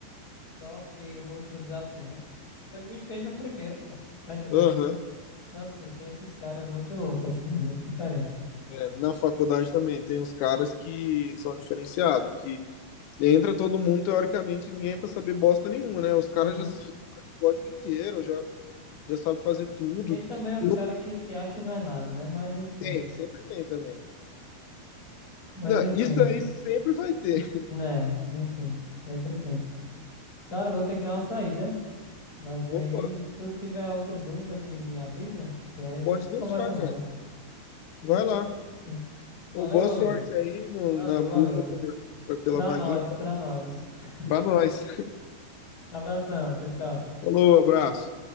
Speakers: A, on the left; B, on the left.
A: Só que no último desafio, né? Só que o bicho fez no primeiro, pô. Tá entendendo?
B: Aham.
A: Só assim, tem esses caras muito loucos, assim, é muito diferente, velho.
B: É, na faculdade também tem uns caras que são diferenciados, que entra todo mundo, teoricamente, ninguém é pra saber bosta nenhuma, né? Os caras
A: Uhum.
B: já sabem o código inteiro, já, já sabem fazer tudo.
A: Tem também os
B: E não
A: caras que se acham e não é nada, né? Mas enfim.
B: tem, sempre tem também.
A: Mas
B: Não,
A: enfim.
B: isso aí sempre vai ter.
A: Né, enfim. Sempre tem. Cara, eu vou ter que dar uma saída. Mas aí,
B: Opa,
A: se tu tiver outra dúvida, me, me avisa, que aí a gente
B: pode deixar,
A: conversa mais.
B: cara. Vai
A: Isso?
B: lá.
A: Valeu,
B: Ô, boa
A: meu
B: sorte
A: amigo.
B: aí no-
A: Valeu,
B: na busca
A: valeu.
B: por- por- pela
A: Pra
B: vaguinha
A: nós, pra nós. <laughs>
B: pra nós.
A: Abração, tchau, tchau.
B: Falou, abraço.